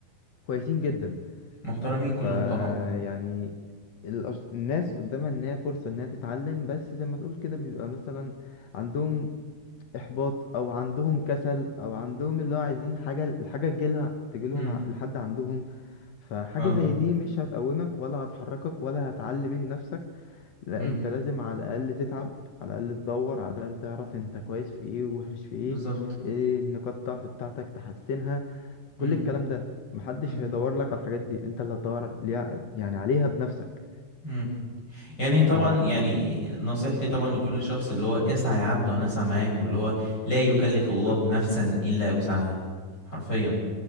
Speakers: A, on the left (about 65°); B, on the left (about 25°).
A: كويسين جدا
B: محترمين كلهم
A: ف
B: طبعا
A: يعني الأش- الناس قدامها إنها فرصة إنها تتعلم بس زي ما تقول كده بيبقى مثلا عندهم إحباط أو عندهم كسل أو عندهم اللي هو عايزين حاجة الحاجة تجيلها تجيلهم
B: امم
A: ع- لحد عندهم فحاجة
B: اه
A: زي دي مش هتقومك ولا هتحركك ولا هتعلي من نفسك لا
B: مم.
A: انت لازم على الاقل تتعب على الاقل تدور على الاقل تعرف انت كويس في ايه ووحش في ايه
B: بالظبط
A: ايه النقاط الضعف بتاعتك تحسنها
B: مم.
A: كل الكلام ده محدش
B: مم.
A: هيدور لك على الحاجات دي انت اللي هتدور ليها- يعني عليها بنفسك
B: مم. يعني
A: ف
B: طبعا يعني نصيحتي طبعا لكل شخص اللي هو اسعى يا عبد وانا اسعى معاك واللي هو لا يكلف
A: بالظبط
B: الله نفسا الا وسعها حرفيا